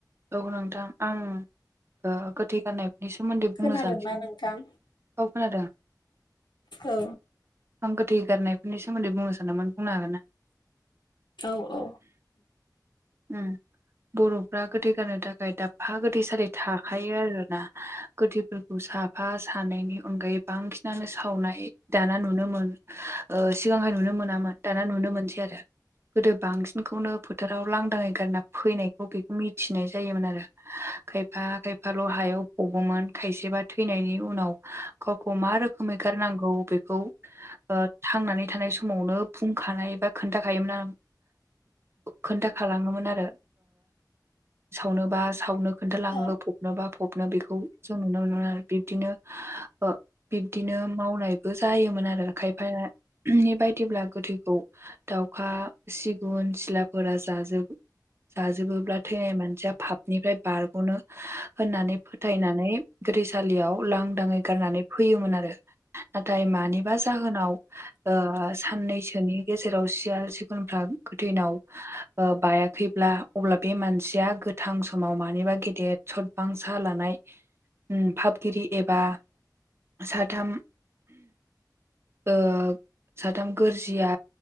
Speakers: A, on the right (about 35°); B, on the left (about 90°).
A: औ नोंथां आं ओ गोथै गारनाय नि सोमोन्दै
B: खोनादोंना
A: बुंनो सान्दों
B: नोंथां?
A: औ खोनादों।
B: औ
A: आं गोथै गारनायफोरनि सोमोन्दै बुंनो सानदोंमोन बुंनो हागोना?
B: औ औ।
A: उम बर'फ्रा गोथै गारनो थाखाय दाबफा गोथैसलि थाखायो आरोना। गोथैफोरखौ साफा सानैनि अनगायै बांसिनानो सावनाय दाना नुनो मो ओ सिगांहाय नुनो मोनामोन दाना नुनो मोनसै आरो। गोदो बांसिनखौनो फोथाराव लांदाङै गारना फैनायखौ बेखौ मिथिनाय जायोमोन आरो। खायफा खायफाल' हायाव फबोमोन खायसेबा थैनायनि उनाव गावखौ मा रोखोमै गारनांगौ बेखौ ओ थांनानै थानाय समावनो बुंखानायबा खोन्थाखायोमोन खोनथा लाङोमोन आरो सावनोबा सावनो खोन्थालाङो
B: हा
A: फबनोबा फबनो बेखौ जों नुनो मोनो आरो बिबदिनो ओ बिब्दिनो मावनायबो जायोमोन आरो खायफाया नि बायदिब्ला गोथैखौ दाउखा सिगुन सिलाफोरा जाजो जाजोबोब्ला थैनाय मानसिया फाबनिफ्राय बारग'नो होननानै फोथायनानै गोथै सालियाव लांदाङै गारनानै फैयोमोन आरो नाथाय मानिबा जाहोनाव ओ साननैसोनि गेजेराव सियाल सिगुनफ्रा गोथैनाव बायाखैब्ला अब्ला बे मानसिया गोथां समाव मानिबा गेदेर सदबांसा लानाय उम फाबगिरि एबा साथाम ओ साथाम गोरजिया